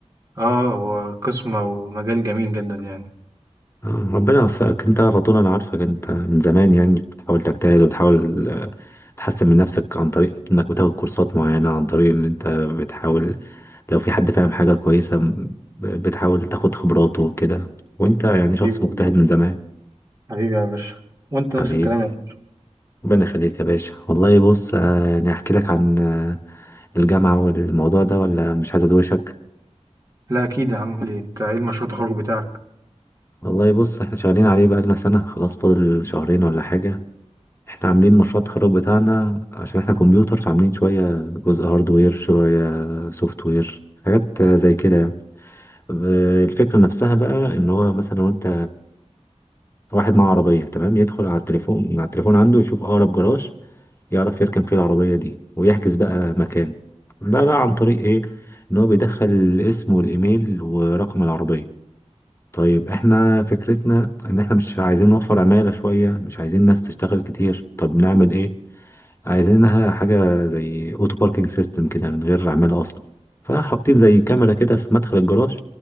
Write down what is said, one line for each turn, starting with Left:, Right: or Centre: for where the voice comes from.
Right: اه هو قسم ومجال جميل جدا يعني
Left: آه، ربنا يوفقك انت على طول انا عارفك انت من زمان يعني بتحاول تجتهد وتحاول آه، تحسن من نفسك عن طريق انك بتاخد كورسات معينة عن طريق ان انت بتحاول لو في حد فاهم حاجة كويسة م- بتحاول تاخد خبراته وكده وانت يعني شخص
Right: حبيبي
Left: مجتهد
Right: والله
Left: من زمان
Right: حبيبي يا باشا وانت
Left: حبيبي
Right: نفس الكلام يا باشا
Left: ربنا يخليك يا باشا والله بص آه، يعني احكي لك عن آه، الجامعة والموضوع ده ولا مش عايز ادوشك
Right: لا اكيد يا عم ليه انت ايه المشروع التخرج بتاعك
Left: والله بص احنا شغالين عليه بقالنا سنة خلاص فاضل شهرين ولا حاجة احنا عاملين مشروع التخرج بتاعنا عشان احنا كمبيوتر فعاملين شوية جزء هاردوير شوية سوفت وير حاجات زي كده يعني آه، الفكرة نفسها بقى ان هو مثلا لو انت واحد معاه عربية تمام يدخل على التليفون من على التليفون عنده يشوف اقرب جراج يعرف يركن فيه العربية دي ويحجز بقى مكان ده بقى عن طريق ايه ان هو بيدخل الاسم والايميل ورقم العربية طيب احنا فكرتنا ان احنا مش عايزين نوفر عمالة شوية مش عايزين ناس تشتغل كتير طب نعمل ايه عايزينها حاجة زي اوتو باركينج سيستم كده من غير عمالة اصلا فحاطين زي كاميرا كده في مدخل الجراج